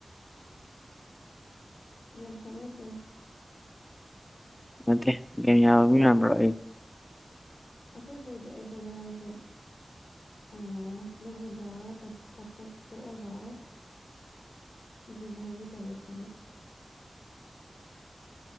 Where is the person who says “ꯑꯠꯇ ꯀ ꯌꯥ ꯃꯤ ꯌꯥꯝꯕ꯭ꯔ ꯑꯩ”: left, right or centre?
Left